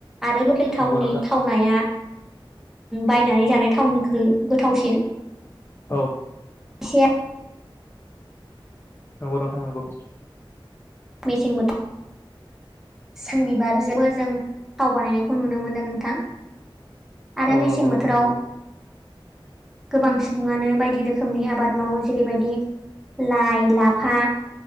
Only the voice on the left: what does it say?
नंगौ नोंथां
औ।
नंगौ दं थांनांगौ
नंगौ
नोंथां नंगौ